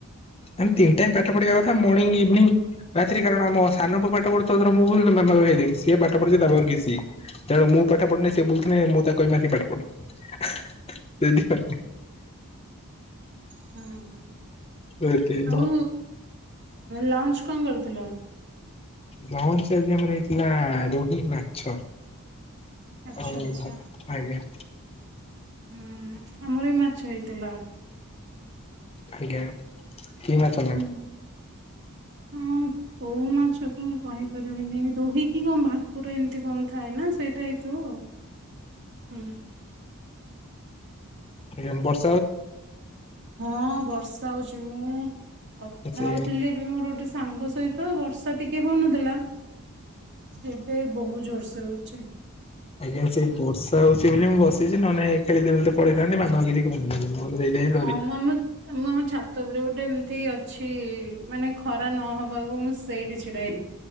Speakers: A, on the left; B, on the right.
A: ଆମେ ତିନି ଟାଇମ୍ ପାଠ ପଢିବା କଥା ମର୍ଣ୍ଣିଂ ଇଭିନିଗି ରାତିରେ କାରଣ ଆମ ସାନ ପୁଅ ପାଠ ପଢୁ <unintelligible> ମାମା କହିବେ ହେଇ ଦେଖେ ସିଏ ପାଠ ପଢୁଛି ତା ପାଖରୁ କିଛି ଶିଖ୍। ତେଣୁ ମୁଁ ପାଠ ପଢୁନି ସେ ବୁଲୁଥିଲେ ମୁଁ ତାକୁ କହିବି ଆସିକି ପାଠ ପଢ। ସେଥିପାଇଁ
B: ହଁ ହଁ।
A: ଏଦିନ।
B: ଆଉ ଲଞ୍ଚ କଣ କରୁଥିଲ?
A: ଲଞ୍ଚ ରେ ଆଜି ଆମର ହେଇଥିଲା ରୋହି ମା ଛ
B: ଆଚ୍ଛା
A: ଆଉ
B: ଆଚ୍ଛା
A: ଆଜ୍ଞା।
B: ହୁଁ ଆମର ବି ମାଛ ହେଇଥିଲା।
A: ଆଜ୍ଞା କି ମାଛ?
B: ହୁଁ ହଁ କୋଉ ମାଛ ତ ମୁଁ କହିପାରିବିନି ରୋହିକି କଣ ଭା ଭାକୁର ଏମିତି କଣ ଥାଏ ନା ସେଇଟା ହେଇଥିବ ଆଉ ହୁଁ।
A: ମେମ୍ବରସ
B: ହଁ ବର୍ଷା ହୋଉଛି। ମୁଁ କଥା
A: ସେ
B: ହୋଉଥିଲି ଏବେ ମୋର ଗୋଟେ ସାଙ୍ଗ ସହିତ ବର୍ଷା ଟିକେ ହୋଉନଥିଲା। ଏବେ ବହୁତ ଜୋରସ ହେଉଛି।
A: ଆଜ୍ଞା, ସେ ବର୍ଷା ହଉଛି ବୋଲି ମୁଁ ବସିଛି ନହେଲେ ଖେଳିଦେବି ବୋଲି ତ ପଳେଇଥାନ୍ତି ମାମାଙ୍କୁ କିଛି କହିନଥାନ୍ତି। ହ ସେଇ ଟାଇମ।
B: ହଁ ମୁଁ ଆମ ମୁଁ ଆମ ଛାତ ଉପରେ ଗୋଟେ ଏମିତି ଅଛି ମାନେ ଖରା ନହବାକୁ ମୁଁ ସେଇଠି ଛିଡାହେ